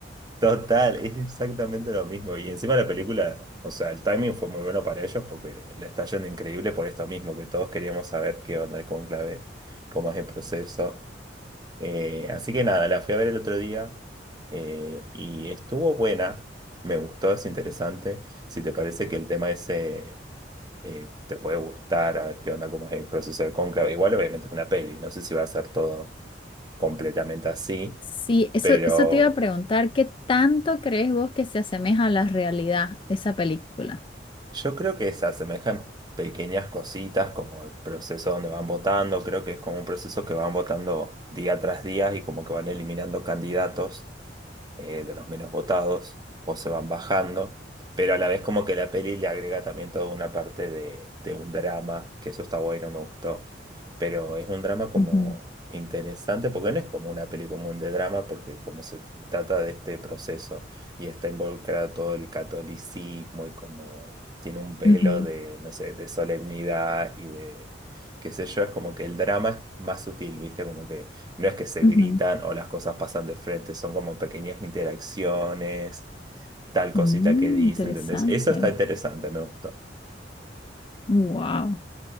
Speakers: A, on the right; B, on the left.
A: total, es exactamente lo mismo. Y encima la película, o sea, el timing fue muy bueno para ellos porque le está yendo increíble por esto mismo, que todos queríamos saber qué onda el conclave, cómo es el proceso. Eh, así que nada, la fui a ver el otro día eh, y estuvo buena, me gustó, es interesante. Si te parece que el tema ese eh, te puede gustar, a ver qué onda, cómo es el proceso de cónclave. Igual obviamente es una peli, no sé si va a ser todo completamente así,
B: Sí, eso,
A: pero
B: eso te iba a preguntar, ¿qué tanto crees vos que se asemeja a la realidad esa película?
A: yo creo que se asemejan pequeñas cositas como el proceso donde van votando, creo que es como un proceso que van votando día tras día y como que van eliminando candidatos. eh, de los menos votados, o se van bajando, pero a la vez como que la peli le agrega también toda una parte de, de un drama, que eso está bueno, me gustó, pero es un drama como
B: Ujú,
A: interesante, porque no es como una peli común de drama, porque como se trata de este proceso y está involucrado todo el catolicismo y como tiene un velo
B: ujú,
A: de, no sé, de solemnidad y de... qué sé yo, es como que el drama es más sutil, ¿viste? Como que no es que se
B: ujú.
A: gritan o las cosas pasan de frente, son como pequeñas interacciones, tal cosita
B: Mm,
A: que dice,
B: interesante.
A: ¿entendés? Eso está interesante, me gustó.
B: Wow.